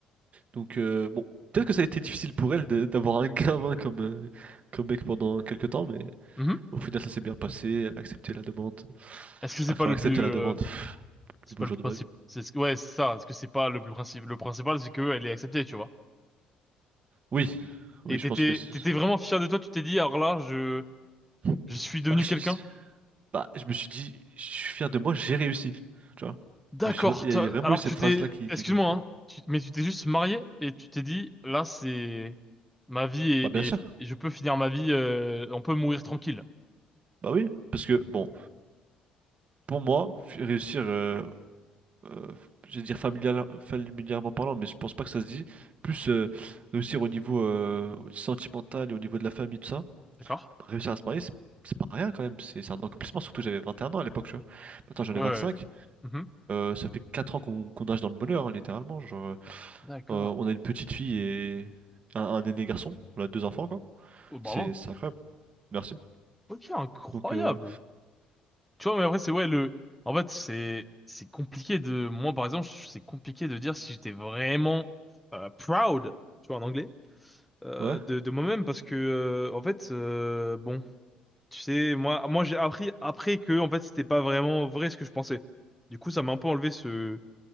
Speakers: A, on the right (about 45°); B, in the centre.
A: Donc euh, bon, peut-être que ça a été difficile pour elle de- d'avoir un gamin comme, euh, comme mec pendant quelques temps, mais
B: Mhm.
A: au final ça s'est bien passé, elle a accepté la demande.
B: Est-ce que c'est
A: Ah,
B: pas
A: quand
B: le
A: elle a accepté
B: plus,
A: la
B: euh,
A: demande, pff,
B: c'est
A: le beau
B: pas
A: jour
B: le plus
A: de
B: principe,
A: ma vie.
B: C'est ce que- ouais, c'est ça. Est-ce que c'est pas le plus principal? Le principal, c'est que elle est acceptée, tu vois.
A: Oui, oui,
B: Et
A: je
B: t'étais,
A: pense que... c'est-
B: t'étais vraiment fier de toi. Tu t'es dit, alors là, je,
A: <sniffs>
B: je suis devenu
A: Bah, je,
B: quelqu'un.
A: bah, je me suis dit, je suis fier de moi, j'ai réussi. Tu vois?
B: D'accord.
A: Je me suis- Il
B: t'as-
A: y, a il y a vraiment
B: Alors
A: eu cette
B: que tu t'es,
A: phrase-là qui,
B: excuse-moi,
A: qui est venue, tu vois.
B: hein, tu- mais tu t'es juste marié et tu t'es dit, là, c'est ma vie et,
A: Bah bien sûr,
B: et- et je peux finir ma vie, euh, on peut mourir tranquille.
A: bah oui, parce que bon, pour moi, f- réussir, euh, euh, je vais dire familial- familièrement parlant, mais je pense pas que ça se dit. Plus euh, réussir au niveau euh, sentimental et au niveau de la famille, tout ça.
B: D'accord?
A: Réussir à se marier, c'est c'est pas rien quand même. C'est c'est un accomplissement, surtout que j'avais 21 ans à l'époque, tu vois. Maintenant j'en
B: Ouais,
A: ai 25.
B: ouais. Mhm.
A: Euh, ça fait 4 ans qu'on qu'on nage dans le bonheur, hein, littéralement. Genre, euh,
B: D'accord.
A: euh, on a une petite fille et un, un aîné garçon. On a deux enfants, quoi.
B: Oh, bravo.
A: C'est c'est incroyable. Merci.
B: Ok, incroyable.
A: Donc, euh,
B: Tu vois, mais après, c'est ouais, le, en fait, c'est, c'est compliqué de, moi, par exemple, je- c'est compliqué de dire si j'étais vraiment euh, proud, tu vois, en anglais, euh,
A: ouais.
B: de, de moi-même parce que, euh, en fait, euh, bon. Tu sais, moi, moi j'ai appris après que en fait c'était pas vraiment vrai ce que je pensais. Du coup, ça m'a un peu enlevé ce